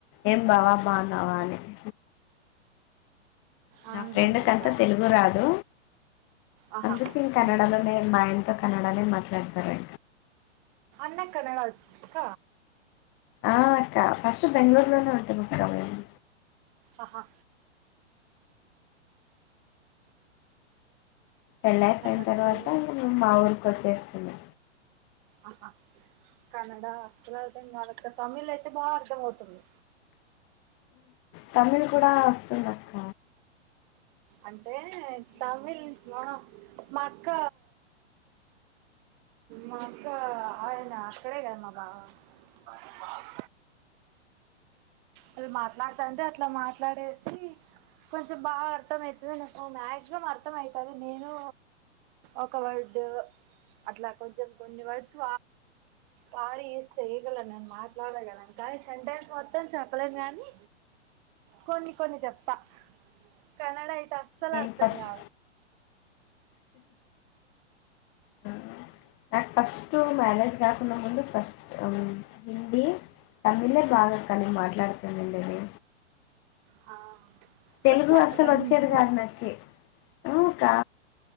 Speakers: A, on the left (about 35°); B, on the right (about 40°).
A: ఏం బావా బాన్నావా అని <inaudible>
B: అవునండి
A: నా ఫ్రెండ్కంత
B: అక్క
A: తెలుగు రాదు
B: ఆహా
A: అందుకే కన్నడలో
B: ఉమ్.
A: నేన్ మాయ్తో కన్నడనే మాట్లాడతారు
B: న్నక్కడ ఒచ్క
A: ఆ అక్క ఫస్ట్ బెంగళూరులోనే ఉంటము కద మేము
B: ఆహా
A: పెళ్ళైపొయిన
B: నాకు అస్సలు
A: తర్వాత మా ఊరికి వచ్చేస్తిమి
B: అహా కన్నడ అసలర్దం గాదక్క తమిళ్ అయితే బా అర్థమౌతుంది
A: తమిళ్ కూడా వస్తుందక్క
B: అంటే తమిళ్ మా అక్క మా అక్కా ఆయన్ అక్కడే కద మా బావ మ మల్ అది మాట్లాడతాంటే అట్ల మాట్లాడేసి కొంచెం బాగా అర్థమైతది నాకు మాక్సిమం అర్థమైతది నేను ఒక వర్డు అట్ల కొంచెం కొన్ని వర్డ్స్ వాడి యూస్ చెయగలన్ నేన్మాట్లాడ గలన్ కాని సెంటెన్స్ మొత్తం చెప్ గాని కొన్ని కొన్ని చెప్త కన్నడై తస్సలర్థంగా
A: నేను ఫస్ట్ అ నాకు ఫస్ట్టు మ్యారేజ్ కాకున్న ముందు ఫస్ట్ హిందీ తమిళే బాగక్క నేన్ మాట్లాడుతునుండేది
B: ఆ
A: తెలుగు
B: వచ్చా అక్క
A: అసలొచ్చేది
B: తమిళ్ నీకు
A: గాదు నాకి ఉ అకా